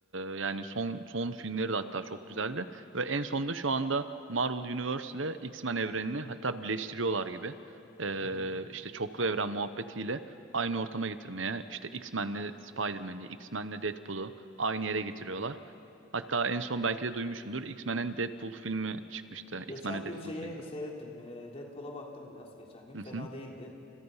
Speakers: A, on the right; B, on the left.
A: Ee, yani son son filmleri de hatta çok güzeldi. Ve en sonunda şu anda Marvel Universe ile X-Men evrenini hatta birleştiriyorlar gibi. Ee,
B: Hı hı.
A: işte çoklu evren muhabbetiyle aynı ortama getirmeye işte X-Men'le Spider-Man'i, X-Men'le Deadpool'u aynı yere getiriyorlar. Hatta en son belki de duymuşsundur. X-Men'in Deadpool filmi çıkmıştı. X-Men'e
B: Geçen
A: Deadpool
B: gün şeye
A: filmi.
B: seyrettim. E, Deadpool'a baktım biraz geçen gün.
A: Hı
B: Fena
A: hı.
B: değildi.